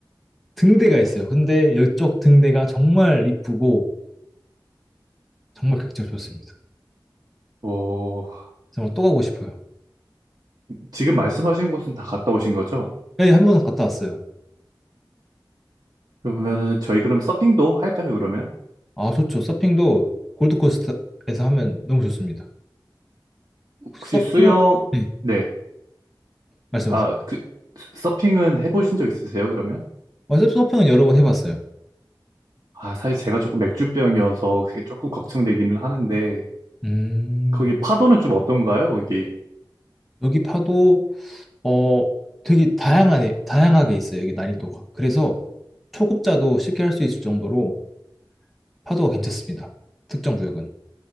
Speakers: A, in the centre; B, on the right.
A: 등대가 있어요. 근데 이쪽 등대가 정말 이쁘고 정말 극적 좋습니다.
B: 뭐
A: 정말 또 가고 싶어요.
B: 지금 말씀하신 곳은 다 갔다 오신 거죠?
A: 예, 한 번은 갔다 왔어요.
B: 그러면은 저희 그럼 서핑도 할까요, 그러면?
A: 아, 좋죠. 서핑도 골드코스트에서 하면 너무 좋습니다. 혹시
B: 혹시
A: 서핑을
B: 수영
A: 네,
B: 네.
A: 말씀하세요.
B: 아, 그 서핑은 해보신 적 있으세요, 그러면?
A: 어, 서핑은 여러 번 해봤어요.
B: 아, 사실 제가 조금 맥주병이어서 그게 조금 걱정되기는 하는데,
A: 음,
B: 거기 파도는 좀 어떤가요, 거기?
A: 여기 파도 어 되게 다양하네, 다양하게 있어요. 여기 난이도가. 그래서 초급자도 쉽게 할 수 있을 정도로 파도가 괜찮습니다. 특정 구역은.